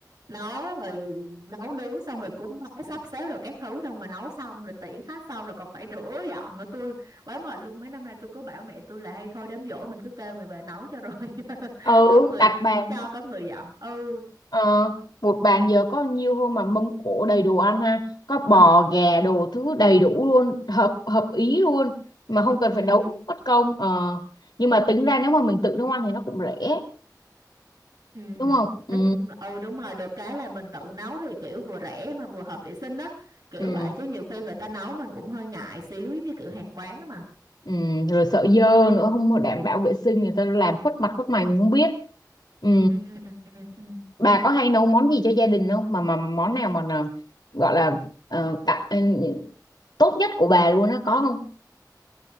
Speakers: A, on the right; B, on the left.
A: nấu rồi nấu nướng xong rồi cúng bái sắp xếp rồi các thứ xong rồi nấu xong rồi tiễn khách xong rồi còn phải rửa dọn nữa tôi quá mệt luôn mấy năm nay tôi cứ bảo mẹ tôi là hay thôi đám giỗ mình cứ kêu người về nấu cho rồi <laughs>
B: ừ
A: có người
B: đặt bàn
A: cho có người dọn ừ
B: Ờ, một bàn giờ có nhiều hơn mà mâm cỗ đầy đồ ăn ha có bò gà đồ thứ đầy đủ luôn hợp hợp ý luôn mà không cần
A: ừ
B: phải nấu mất công ờ. nhưng mà tính ra nếu mà mình tự nấu ăn thì nó cũng rẻ
A: ừ
B: đúng không
A: nói
B: ừ,
A: chung là ừ đúng rồi được cái là mình tự nấu thì kiểu vừa rẻ mà vừa hợp vệ sinh đó kiểu
B: ừ,
A: vậy chứ nhiều khi người ta nấu mình cũng hơi ngại xíu giống như kiểu hàng quán á mà
B: ừ. rồi sợ dơ nữa không có đảm bảo vệ sinh người ta làm khuất mặt khuất mày mình không biết ừ.
A: ừ ừ ừ ừ ừ.
B: bà có hay nấu món gì cho gia đình không mà mà món nào mà là- gọi là ờ, tạ- tốt nhất của bà luôn á có không